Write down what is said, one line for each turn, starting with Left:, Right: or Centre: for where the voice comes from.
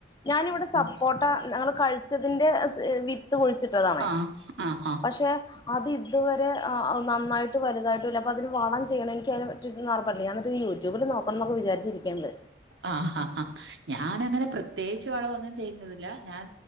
Left: ഞാനിവടെ
Right: ആ പി-
Left: സപ്പോട്ട ഞങ്ങള് കഴി ച്ചതിന്റെ സ് വിത്ത് കുഴിച്ചിട്ടതാണ്
Right: ആ ആ ആ
Left: പഷെ അത് ഇതുവരെ ആഹ് നന്നായിട്ട് വലുതായിട്ടുംല്ല അപ്പതിന് വളം ചെയ്യണെങ്കി എനിക്കതിനെ പറ്റിയൊന്നു <unintelligible> ഞാൻ എന്നിട്ട് യൂട്യൂ യൂട്യൂബില് നോക്കണന്നൊക്കെ വിചാച്ചിരിക്ക്ണ്ട്.
Right: ആഹ് ഞാനങ്ങനെ പ്രത്യേകിച്ച് വളവൊന്നും ചെയ്യുന്നുവില്ല ഞാൻ